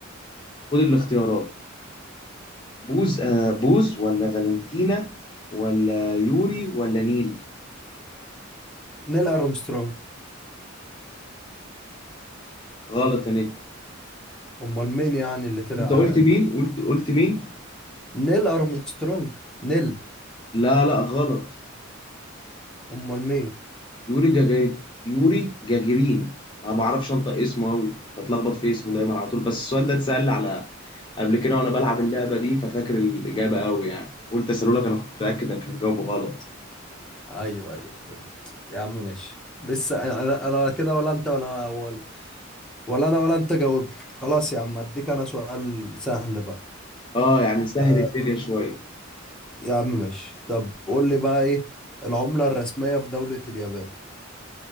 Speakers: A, on the left (about 25°); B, in the centre.
A: خد الاختيارات بوز آه بوز ولا فالنتينا ولا يوري ولا نيل
B: نيل ارمسترونج
A: غلط يا نجم
B: امال مين يعني اللي طلع
A: أنت قلت مين؟ قلت قلت مين؟
B: نيل ارمسترونج نيل
A: لا لا غلط
B: امال مين
A: يوري جاجي يوري جاجيرين أنا ما بعرفش أنطق اسمه أوي بتلخبط في اسمه دايما على طول بس السؤال ده اتسأل على قبل كده وانا بلعب اللعبه دي ففاكر الاجابه قوي يعني قلت اسالهولك انا كنت متاكد انك هتجاوبه غلط
B: ايوه ايوه فهمت يا عم ماشي لسه انا أنا كده ولا انت ولا ولا ولا انا ولا انت جاوبت خلاص يا عم اديك انا سؤال سهل بقى
A: اه يعني نسهل
B: آه
A: الدنيا شويه
B: يا عم ماشي طب قول لي بقى ايه العملة الرسمية في دولة اليابان